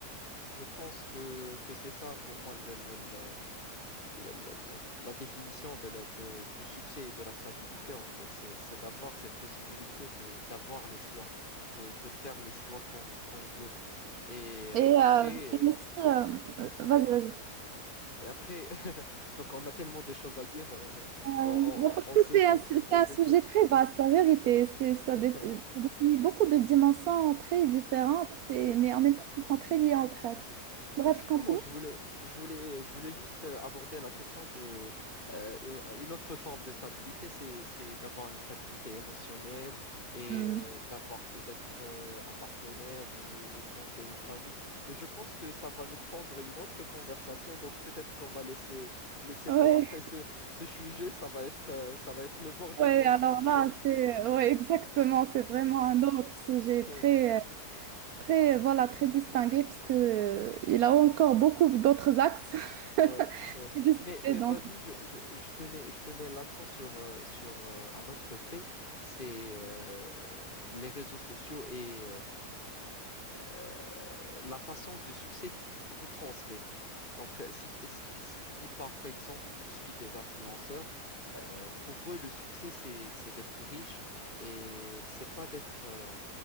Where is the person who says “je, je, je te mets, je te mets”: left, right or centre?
Left